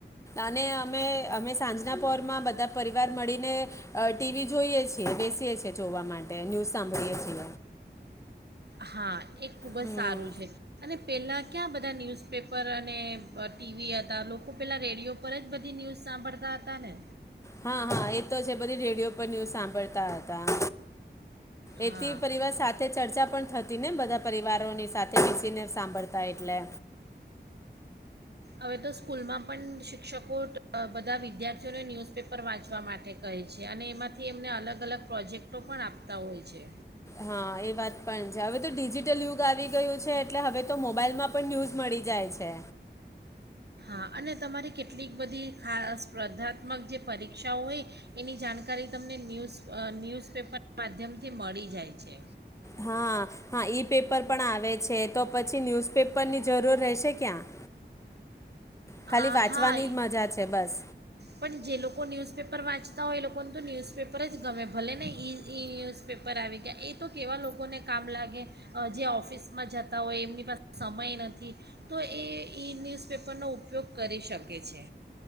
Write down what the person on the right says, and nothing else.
હા એ ખુબ જ
સારું છે અને પેલા ક્યાં બધા ન્યૂઝપેપર અને અ ટી વી હતા લોકો પેલા રેડિયો પર જ બધી ન્યૂઝ સાંભળતા હતા ને.
હા
હવે તો સ્કૂલમાં પણ શિક્ષકો બધા વિદ્યાર્થીઓને ન્યૂઝપેપર વાંચવા માટે કહે છે અને એમાંથી એમને અલગ અલગ પ્રોજેક્ટો પણ આપતા હોય છે.
હા અને તમારી કેટલીક બધી ખાસ સ્પર્ધાત્મક જે પરીક્ષાઓ હોય એની જાણકારી તમને ન્યૂઝ અ ન્યૂઝપેપર માધ્યમથી મળી જાય છે.
આ
હા
પણ જે લોકો ન્યૂઝપેપર વાંચતા હોય એ લોકોને તો ન્યૂઝપેપર જ ગમે ભલે ને ઈ ઈ ન્યૂઝપેપર આવી ગયા એ તો કેવા લોકોને કામ લાગે અ જે ઓફિસમાં જતા હોય એમની પાસે સમય નથી તો એ ઈ ન્યૂઝપેપરનો ઉપયોગ કરી શકે છે.